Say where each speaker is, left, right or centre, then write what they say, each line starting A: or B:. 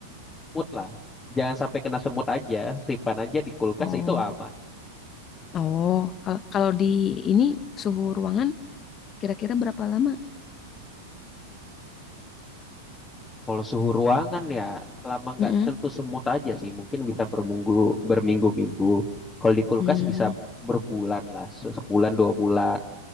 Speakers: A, on the left (about 15°); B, on the left (about 30°).
A: mood lah. Jangan sampai kena semut aja. Simpan aja di kulkas
B: Oh,
A: itu aman.
B: oh, kalau kalau di ini suhu ruangan kira-kira berapa lama?
A: Kalau suhu ruangan ya, selama nggak
B: Mm-mm.
A: tentu semut aja sih. Mungkin bisa berminggu, berminggu-minggu. Kalau di kulkas
B: Hmm,
A: bisa berbulan lah, se- sebulan dua bulan.